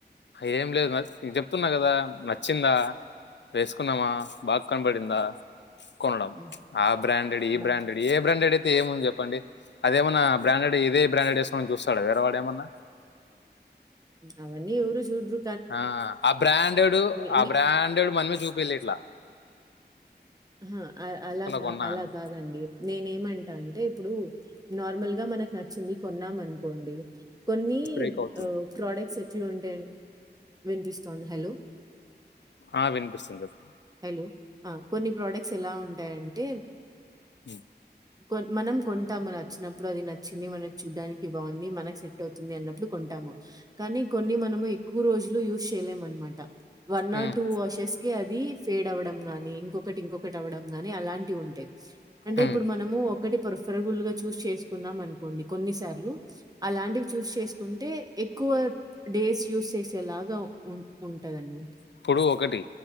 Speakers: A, on the left (about 85°); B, on the right (about 20°).
A: ఏం లేదు మ నేను చెప్తున్న కదా నచ్చిందా వేసుకున్నామా బాగా కనబడిందా కొనడం
B: హ్మ్.
A: ఆ బ్రాండెడ్ ఈ
B: హ్మ్.
A: బ్రాండెడ్ ఏ బ్రాండెడ్ తే ఏముంది చెప్పండి అదేమన్నా బ్రాండెడ్ ఇదే బ్రాండెడ్ వేస్తామని చూస్తాడా వేరేవాడు ఏమన్నా
B: అవన్నీ ఎవరు చూడ్రు
A: ఆ ఆ బ్రాండెడ్
B: ఇంగ
A: ఆ బ్రాండెడ్ మనమే చూపియ్యాలిట్ల
B: ఉహు అ అలా కా
A: కొన్నా
B: అలా
A: అని
B: కాదండి నేనేమంటా అంటే ఇప్పుడు నార్మల్ గా మనకు నచ్చ చింది కొన్నామనుకోండి కొన్ని
A: బ్రేక్ అవుతుంది
B: ప్రోడక్ట్స్ ఎ ఎట్లుంటాయి వినిపిస్తోంది. హలో!
A: ఆ వినిపిస్తుంది చే
B: హలో! ఆ కొన్ని ప్రోడక్ట్స్ ఎలా ఉంటాయంటే
A: ఉమ్,
B: కొ మనం కొ కొంటాము నచ్చినప్పుడు అది నచ్చింది మనం చూడ్డానికి బాగుంది మనకి సెట్ అవుతుంది అన్నప్పుడు కొంటాము కానీ కొన్ని మనము ఎక్కువ రోజులు యూజ్ చేయలేము అన్నమాట one
A: um,
B: or two washes అది ఫేడ్ అవ్వడం గాని ఇంకొ బట్ ఇంకొకటి అవడం గాని అలాంటివి ఉంటాయి అంటే
A: ఉమ్.
B: ఇప్పుడు మనము ఒకటి ప్రర్ఫరబుల్ గా చూస్ చేస్త కున్నాం అనుకోండి కొన్నిసార్లు అలాంటివి చూస్ చేసుకుంటే ఎక్కువ డేస్ యూస్ చేసేలాగా ఉ ఉంటదానమాట
A: ఇప్పుడు ఒకటి